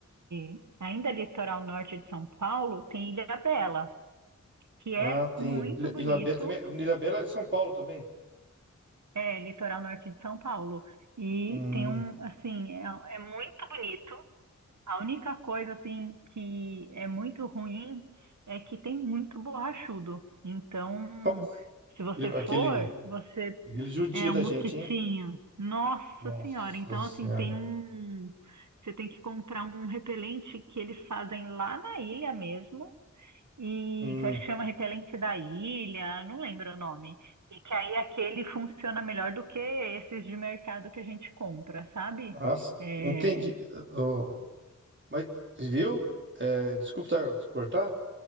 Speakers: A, on the right; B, on the right.
A: e ainda litoral norte de São Paulo tem Ilha Bela, que é
B: Ah, tem.
A: muito
B: Ilha-
A: bonito
B: Ilhabela também. Ilhabela é de São Paulo também.
A: É, litoral norte de São Paulo. E
B: Hum,
A: tem um, assim, é, é muito bonito. A única coisa, assim, que é muito ruim é que tem muito borrachudo. Então,
B: nossa.
A: se você
B: Ele- Aquele,
A: for, você
B: aquele judia
A: é
B: da
A: um mosquitinho.
B: gente, hein?
A: Nossa
B: Nossa
A: Senhora! Então,
B: senhora.
A: assim, tem um. Você tem que comprar um repelente que eles fazem lá na ilha mesmo e
B: Hum,
A: que eu acho que chama Repelente da Ilha, não lembro o nome. E que aí aquele funciona melhor do que esses de mercado que a gente compra, sabe?
B: nossa,
A: É,
B: entendi. Ô, mas, viu? É, desculpa tá- te cortar,